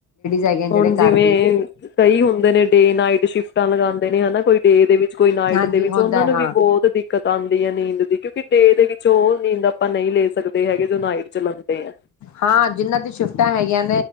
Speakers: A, on the left; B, on the left.
A: ਹੈਗੀਆਂ
B: ਹੁਣ
A: ਜਿਹੜੇ
B: ਜਿਵੇਂ
A: ਘਰ ਦੀ
B: ਕਈ ਹੁੰਦੇ ਨੇ ਡੇ ਨਾਈਟ ਸ਼ਿਫਟਾਂ ਲਗਾਉਂਦੇ ਨੇ ਹਨਾ ਕੋਈ ਡੇ ਦੇ ਵਿੱਚ ਕੋਈ ਨਾਈਟ
A: ਹਾਂਜੀ
B: ਦੇ ਵਿੱਚ
A: ਹੁੰਦਾ
B: ਉਹਨਾਂ ਨੂੰ
A: ਹਾਂ
B: ਵੀ ਬਹੁਤ ਦਿੱਕਤ ਆਉਂਦੀ ਹੈ, ਨੀਂਦ ਕਿਉਂਕਿ ਡੇ ਦੇ ਵਿੱਚ ਉਹ ਨੀਂਦ ਆਪਾਂ ਨਹੀਂ ਲੈ ਸਕਦੇ ਹੈਗੇ ਜੋ ਨਾਈਟ ਚ ਲੈਂਦੇ ਆ
A: ਹਾਂ ਜਿੰਨਾਂ ਦੀ ਸ਼ਿਫਟਾਂ ਹੈਗੀਆਂ